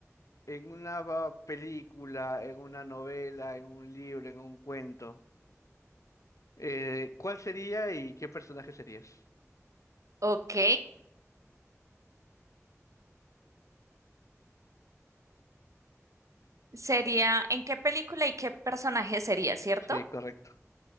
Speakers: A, on the left (about 75°); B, on the right (about 75°).
A: en una va- película, en una novela, en un libro, en un cuento, eh, ¿cuál sería y qué personaje serías?
B: Ok. Sería, ¿en qué película y qué personaje sería, cierto?
A: Sí, correcto.